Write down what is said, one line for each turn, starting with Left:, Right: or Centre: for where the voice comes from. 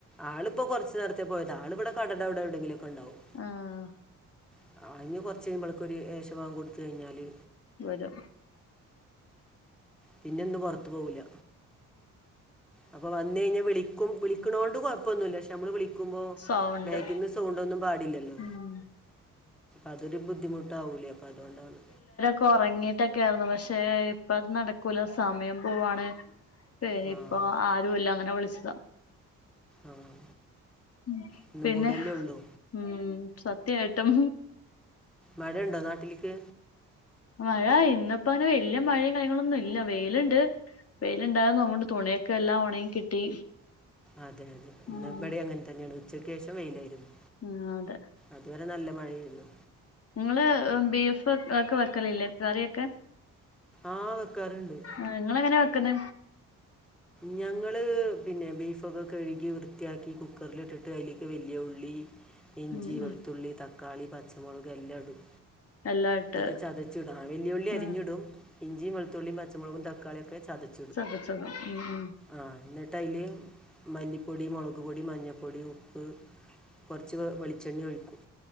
Centre: ആളിപ്പോ കുറച്ചു നേരത്തെ പോയത ആളിവിടെ കടൻ്റെ അവിടെ എവിടെയെങ്കിലൊക്കെ ഉണ്ടാവും
Left: ആഹ്
Centre: <unintelligible> കൊടുത്ത് കഴിഞ്ഞാല്
Left: വരും
Centre: പിന്നെ ഇന്ന് പുറത്തു പോവൂല്ല അപ്പൊ വന്ന് കഴിഞ്ഞാ വിളിക്കും വിളിക്കണോണ്ട് കുഴപ്പൊന്നുല്ല നമ്മള് വിളിക്കുമ്പോ
Left: സൗണ്ട്
Centre: <unintelligible> സൗണ്ടൊന്നും പാടില്ലല്ലോ
Left: ഉം
Centre: അതൊരു ബുദ്ധിമുട്ടാവൂലേ അപ്പ അതൊണ്ടാണ്
Left: ഇപ്പൊ ഉറങ്ങിട്ടൊക്കെ ആയിരുന്നു പക്ഷെ ഇപ്പ അത് നടക്കൂല സമയം പോവാണ് പ്പെ
Centre: ആഹ്
Left: ഇപ്പൊ ആരുല്ല അങ്ങനെ വിളിച്ചതാ
Centre: ആഹ്
Left: ഉം
Centre: ഇന്നും
Left: പിന്നെ
Centre: കൂടല്ലേ ഉള്ളൂ
Left: ഉം സത്യ ആയിട്ടും
Centre: മഴ ഉണ്ടോ നാട്ടിൽക്ക്
Left: മഴ ഇന്നപ്പോ അങ്ങനെ വല്ല്യ മഴയും കാര്യങ്ങളന്നും ഇല്ല വെയില്ണ്ട് വെയിണ്ടായിന്നങ്ങോണ്ട് തുണിയൊക്കെ എല്ലാം ഉണങ്ങി കിട്ടി
Centre: അതെ അതെ ഇന്ന്
Left: ഉം
Centre: ഇവിടെ അങ്ങനെ തന്നെയാണ് ഉച്ചക്ക് ശേഷം വെയിലായിരുന്നു
Left: ആഹ് അതെ
Centre: അതുവരെ നല്ല മഴയായിരുന്നു
Left: ഇങ്ങള് ബീഫ് ഒക്കെ വെക്കലില്ലേ കറിയൊക്കെ
Centre: ആഹ് വെക്കാറണ്ട്
Left: ആഹ് ഇങ്ങളെങ്ങനെ വെക്കുന്നെ
Centre: ഞങ്ങള് പിന്നെ ബീഫൊക്കെ കഴുകി വൃത്തിയാക്കി കുക്കറിലിട്ടിട്ട് അയ്ലേക്ക് വല്ല്യ ഉള്ളി ഇഞ്ചി
Left: ഉം
Centre: വെളുത്തുള്ളി
Left: ഉം
Centre: തക്കാളി പച്ചമുളക് എല്ലാടും
Left: എല്ലാം ഇട്ട്
Centre: ഇതൊക്കെ ചതച്ചിട വല്യ ഉള്ളി
Left: ആഹ്
Centre: അരിഞ്ഞിടും ഇഞ്ചി വെളുത്തുള്ളി പച്ചമുളകും തക്കാളിയൊക്കെ ചതച്
Left: ചതച്ചത് ഉം ഉം
Centre: ആഹ് എന്നിട്ട് അയില് മല്ലിപ്പൊടി മുളക് പൊടി മഞ്ഞപ്പൊടി ഉപ്പ് കുറച്ച് വെളിച്ചെണ്ണേ ഒഴിക്കും